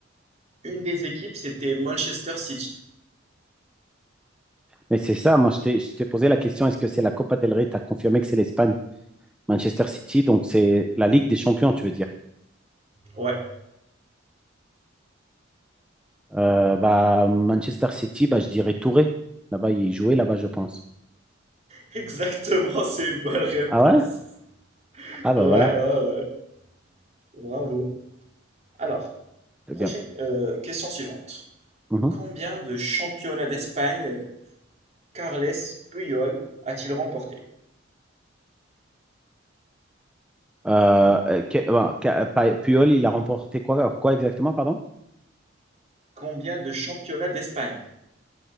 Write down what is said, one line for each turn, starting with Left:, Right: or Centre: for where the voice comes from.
Right: Une des équipes, c'était Manchester City.
Centre: Mais c'est ça, moi, je t'ai je t'ai posé la question, est-ce que c'est la Copa del Rey? Tu as confirmé que c'est l'Espagne. Manchester City, donc c'est la Ligue des Champions, tu veux dire.
Right: Ouais,
Centre: Euh, bah, Manchester City, bah, je dirais Touré. Là-bas, il jouait là-bas, je pense.
Right: <laughs> exactement, c'est une bonne réponse.
Centre: Ah ouais? Ah bah
Right: Ouais,
Centre: voilà,
Right: ouais, ouais. Bravo. Alors,
Centre: c'est
Right: prochaine
Centre: bien.
Right: euh, question suivante.
Centre: Mhm.
Right: Combien de championnats d'Espagne euh, Carles Puyol a-t-il remporté?
Centre: Euh, euh, que- bah, que- Pa- Puyol, il a remporté quoi, quoi exactement, pardon?
Right: Combien de championnats d'Espagne?